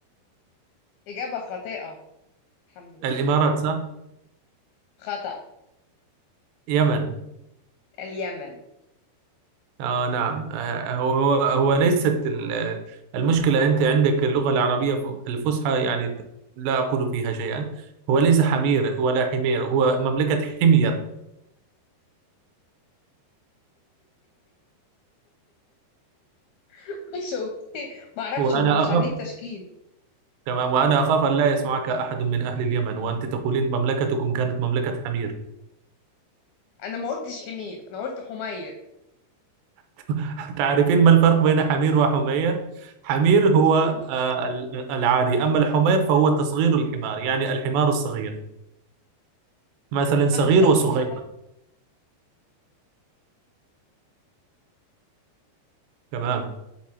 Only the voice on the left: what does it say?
إجابة خاطئة الحمد لله
<laughs> خطأ
اليمن
<laughs> مش اوكي معرفش
هم مش
عاملين تشكيل
أنا ما قلتش حمير أنا قلت حمير
اكيد بقى
الحمد
لله ان
مفيش حد